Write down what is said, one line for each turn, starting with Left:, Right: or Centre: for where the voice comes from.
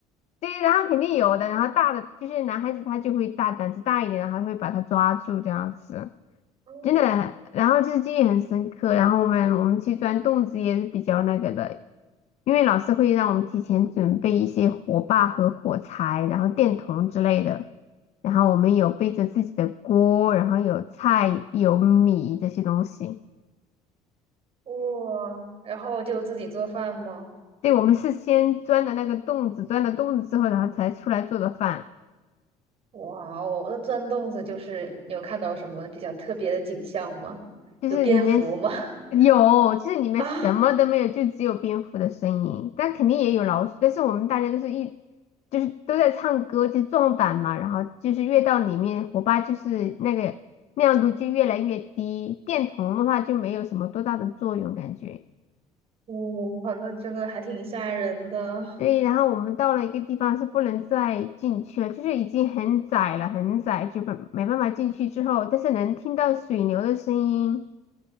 Left: 对，然后肯定有的，然后大的就是男孩子他就会大胆子大一点，然后他会把它抓住这样子。
Right: <laughs> 哦，
Left: 真的，然后就是记忆很深刻。然后我们我们去钻洞子也是比较那个的，因为老师会让我们提前准备一些火把和火柴，然后电筒之类的。然后我们有背着自己的锅，然后有菜、有米这些东西。
Right: 哇，然后就自己做饭吗？
Left: 对，我们是先钻的那个洞子，钻了洞子之后，然后才出来做的饭。
Right: 哇哦，那钻洞子就是你有看到什么比较特别的景象吗？
Left: 就是里面
Right: 有蝙蝠吗？<laughs>
Left: 有，就是里面什么都没有，
Right: 啊，
Left: 就只有蝙蝠的声音，但肯定也有老鼠。但是我们大家都是一，就是都在唱歌，就撞板嘛。然后就是越到里面，火把就是那个亮度就越来越低，电筒的话就没有什么多大的作用感觉。
Right: 我好像真的还挺吓人的。
Left: 对，然后我们到了一个地方是不能再进去了，就是已经很窄了，很窄，就没没办法进去之后，但是能听到水流的声音。